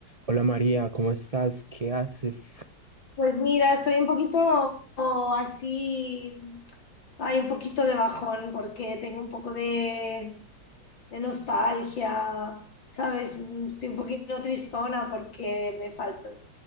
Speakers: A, on the right; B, on the left.
A: Hola María, ¿cómo estás? ¿Qué haces?
B: Pues mira, estoy un poquito oh, así, hay un poquito de bajón porque tengo un poco de, de nostalgia, ¿sabes? Mm, Estoy un poquito tristona porque me faltan,